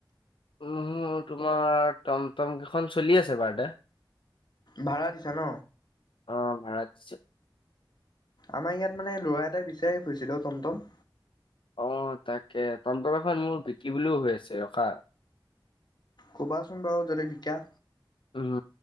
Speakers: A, on the left (about 90°); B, on the left (about 55°).
A: মোৰ তোমাৰ টমটম কেইখন চলি আছে ভাড়াতে।
B: ভাড়া দিছা ন?
A: অ' ভাড়া দিছো।
B: আমাৰ ইয়াত মানে লৰা এটা বিচাৰি ফুৰিছিলে অ টমটম।
A: অ' তাকে টমটম এখন মোৰ বিকিবলৈও হৈ আছে ৰখা।
B: ক'বাচোন বাৰু যদি বিকা।
A: উম